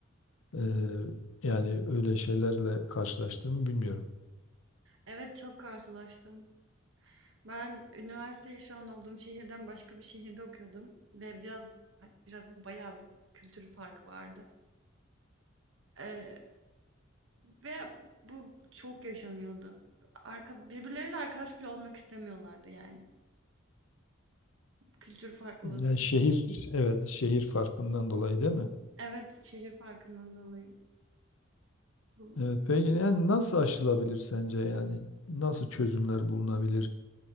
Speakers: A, on the left; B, on the right.
A: eee, yani öyle şeylerle karşılaştım bilmiyorum.
B: Evet, çok karşılaştım. Ben üniversiteyi şu an olduğum şehirden başka bir şehirde okuyordum ve biraz, biraz değil, bayağı bir kültür farkı vardı. Eee, ve bu çok yaşanıyordu. Arka birbirleriyle arkadaş bile olmak istemiyorlardı yani. Kültür farklılığı
A: Yani
B: sebebi
A: şehir evet şehir farkından dolayı değil mi?
B: Evet, şehir farkından dolayı. Bu-
A: Evet, peki yani nasıl aşılabilir sence yani? Nasıl çözümler bulunabilir?